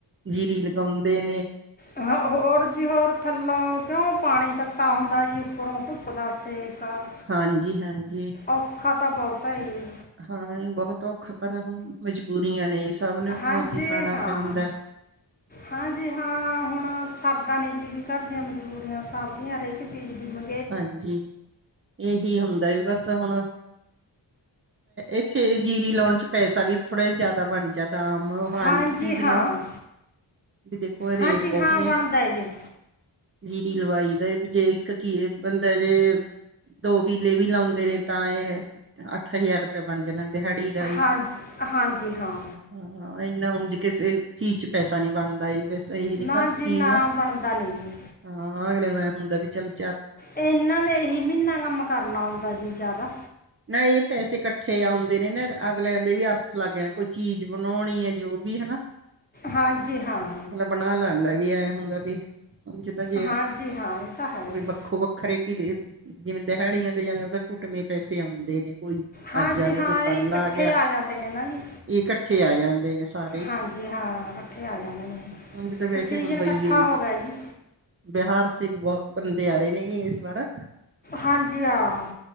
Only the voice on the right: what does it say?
ਜੀਰੀ ਲਗਾਉਂਦੇ ਨੇ।
ਹਾਂਜੀ ਹਾਂਜੀ
ਹਾਂ, ਏ ਬਹੁਤ ਔਖਾ ਪਰ ਹੁਣ ਮਜਬੂਰੀਆਂ ਨੇ ਸਭ ਨੂੰ
ਘਮਾ ਕੇ ਖਾਣਾ
ਪੈਂਦਾ।
ਹਾਂਜੀ ਏਹੀ ਹੁੰਦਾ ਵੀ ਬਸ ਹੁਣ ਇੱਥੇ ਜੀਰੀ ਲਾਉਣ ਚ ਪੈਸਾ ਵੀ ਥੋੜ੍ਹਾ ਜਿਆ ਜਿਆਦਾ ਬਣ ਜਾ ਦਾਮ ਹਰ
ਇੱਕ ਚੀਜ਼
ਨੂੰ ਵੀ ਦੇਖੋ ਏ ਰੇਟ
ਬੋਤ
ਨੇ,
ਜੀਰੀ ਲਵਾਈ ਦਾ ਵੀ ਜੇ ਇੱਕ ਕੀ ਏ ਬੰਦਾ ਜੇ ਦੋ ਕਿਲੇ ਵੀ ਲਾਉਂਦੇ ਨੇ ਤਾਂ ਏ ਅੱਠ ਹਜ਼ਾਰ ਰਪਿਆ ਬਣ ਜਾਣਾ ਦਿਹਾੜੀ ਦਾ ਹੀ
ਹਾਂ, ਇੰਨਾ ਉਂਝ ਕਿਸੇ ਚੀਜ਼ ਚ ਪੈਸਾ ਨੀਂ ਬਣਦਾ ਜੀ। ਬਸ ਇਹੀ ਦੀ
ਕਰ
ਕੀ
ਹਨਾਂ!
ਹਾਂ, ਅਗਲੇ ਨੂੰ ਏਂ ਹੁੰਦਾ ਵੀ ਚੱਲ ਚਾ
ਨਾ ਏ ਪੈਸੇ ਕੱਠੇ ਆਉਂਦੇ ਨੇ ਨਾਂ, ਅਗਲੇ ਆਂਦੇ ਵੀ ਅਰਥ ਲੱਗ ਜਾ ਕੋਈ ਚੀਜ਼ ਬਣਾਉਣੀ ਏ ਜੋ ਵੀ, ਹਨਾਂ।
ਬਣਾ ਲੈਂਦਾ ਵੀ ਐਂ ਹੁੰਦਾ ਵੀ, ਜਿਦਾਂ ਜੇ,
ਕੋਈ
ਵੱਖੋ-ਵੱਖ ਖਰੇਕੀ ਲੀ, ਜਿਵੇਂ ਦਿਹਾੜੀਆਂ ਤੇ ਜਾਂਦੇ ਓ ਤਾਂ ਟੁੱਟਮੇਂ ਪੈ ਜ ਆਉਂਦੇ ਨੀਂ ਕੋਈ
ਅੱਜ ਆ ਗਿਆ,
ਕੋਈ ਕਲ
ਆ ਗਿਆ।
ਇਕੱਠੇ ਆ ਜਾਂਦੇ ਨੇ ਸਾਰ ਵੇਖ,
ਉਂਝ ਤੇ ਵੈਸੇ
ਹੁੰਦਾ
ਈ ਏ।
ਬਿਹਾਰ ਸੇ ਵ ਬੋਤ ਬੰਦੇ ਆ ਰਹੇ ਨੇਂ ਇਸ ਵਾਰ